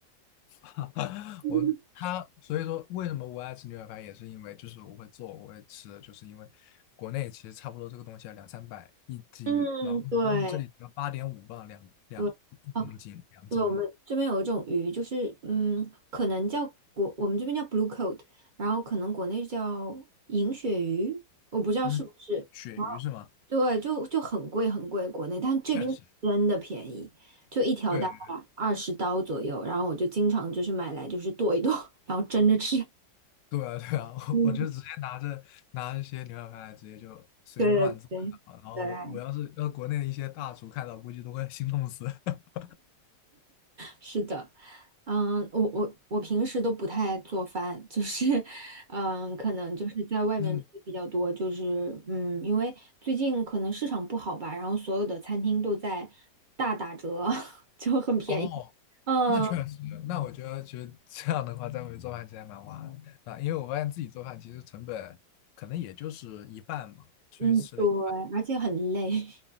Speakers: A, on the left; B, on the right.
A: <laughs>
B: <laughs>
A: 我他所以说，为什么我爱吃牛排饭，也是因为就是我会做，我会吃，就是因为国内其实差不多这个东西要两三百一斤，
B: 嗯，
A: 然后但是这里只要八点五磅两两一公斤两斤了。
B: 对对。哦对，我们这边有一种鱼，就是嗯，可能叫国，我们这边叫 blue coat，然后可能国内叫银鳕鱼，我不知道是不是。
A: 嗯，鳕鱼是吗？
B: 然后对，就就很贵很贵，国内，但这边真的便宜，
A: 确实，
B: 就一条大概二十刀左右。
A: 对
B: 然后我就经常就是买来就是剁一剁，然后蒸着吃。
A: 对啊，对啊，<laughs> 我我就直接拿着拿一些牛小排来，
B: 嗯，
A: 直接就随便乱做啊然后我要是要是国内的一些大厨看到，
B: 对对对对。
A: 估计都会心痛死。<laughs>
B: 是的，嗯，我我我平时都不太做饭，就是，<laughs> 嗯，可能就是在外面吃比较多，
A: 嗯，
B: 就是嗯，因为最近可能市场不好吧，然后所有的餐厅都在大打折，<laughs> 就很便宜。
A: 哦，
B: 嗯
A: 那确实，那我觉得其实这样的话，在外面做饭其实还蛮划的啊，因为我发现自己做饭其实成本可能也就是一半嘛，出去吃的。
B: 嗯，对，而且很累。